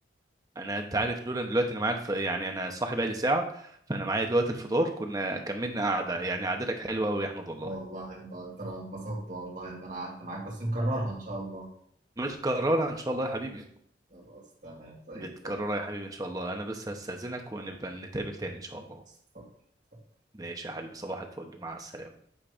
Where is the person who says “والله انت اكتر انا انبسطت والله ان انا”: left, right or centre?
Right